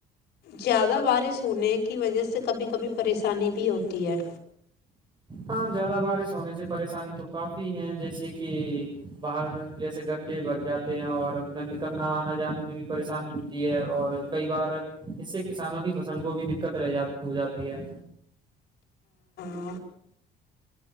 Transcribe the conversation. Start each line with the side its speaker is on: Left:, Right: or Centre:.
Left: زیادہ باراس ہونے کی وجہ سے کبھی کبھی پریسانی بھی ہوتی ہے
Right: ہاں زیادہ بارش ہونے سے پریشانی تو کافی ہے جیسے کہ باہر جیسے گڈھے بھر جاتے ہیں اور انہیں نکلنا آنا جانے میں بھی پریشانی ہوتی ہے اور کئی بار اس سے کسانوں کی فصل کو بھی دقت رہ جات ہو جاتی ہے
Left: <unintelligible> <unintelligible>